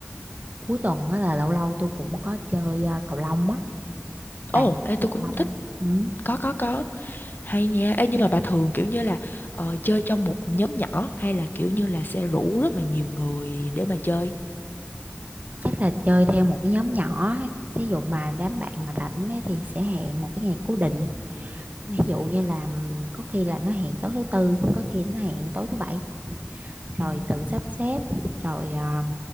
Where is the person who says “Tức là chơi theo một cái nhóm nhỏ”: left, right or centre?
Right